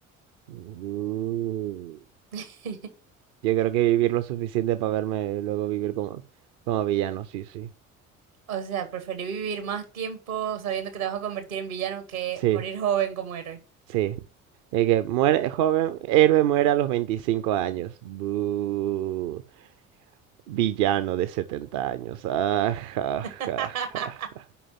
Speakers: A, on the right; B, on the right.
A: Uh,
B: <laughs>
A: Yo creo que vivir lo suficiente para verme luego vivir como, como villano, sí, sí.
B: O sea, preferí vivir más tiempo sabiendo que te vas a convertir en villano que
A: Sí,
B: morir joven como héroe.
A: sí. De que muere, joven, héroe muere a los 25 años. Buh. Villano de 70 años. Ah, ja,
B: <laughs>
A: ja, ja, ja.